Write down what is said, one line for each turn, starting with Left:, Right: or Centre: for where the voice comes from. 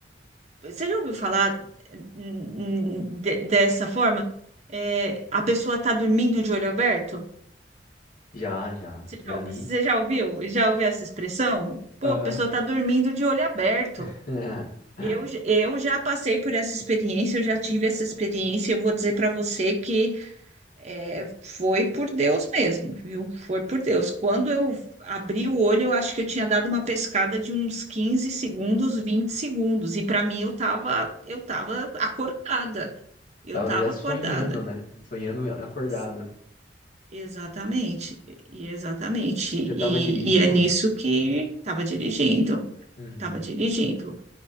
Right: Você já ouviu falar hum, hum, de- dessa forma? É, a pessoa está dormindo de olho aberto?
Left: Já, já,
Right: Você já,
Left: já vi.
Right: você já ouviu? Já ouviu essa expressão? Pô,
Left: Aham.
Right: a pessoa está dormindo de olho aberto.
Left: <laughs>
Right: Eu, j- eu já passei por essa experiência, eu já tive essa experiência. Eu vou dizer para você que É, foi por Deus mesmo, viu? Foi por Deus. Quando eu abri o olho, eu acho que eu tinha dado uma pescada de uns 15 segundos, 20 segundos, e para mim eu tava, eu tava acordada. Eu
Left: Tava
Right: tava
Left: já sonhando,
Right: acordada.
Left: né? Sonhando acordado.
Right: Ex- Exatamente, e exatamente. E,
Left: Você tava dirigindo?
Right: e é nisso que estava dirigindo,
Left: Uhum.
Right: estava dirigindo.